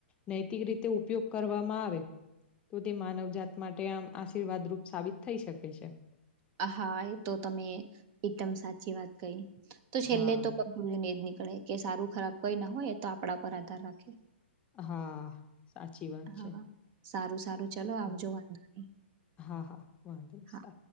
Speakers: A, on the left; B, on the right.
A: નૈતિક રીતે ઉપયોગ કરવામાં આવે તો તે માનવ જાત માટે આમ આશીર્વાદ રૂપ સાબિત થઈ શકે છે.
B: હા એ તો તમે એકદમ સાચી વાત કહી. તો છેલ્લે
A: હા,
B: તો <unintelligible> એ જ નીકળે કે સારું ખરાબ કોઈ ના હોય તો આપણા પર આધાર રાખે.
A: હા સાચી વાત
B: હા
A: છે.
B: સારું સારું ચાલો આવજો
A: હા,
B: વાંધ નહી
A: હા, હા, વાંધો નહી.
B: હા.
A: સારું.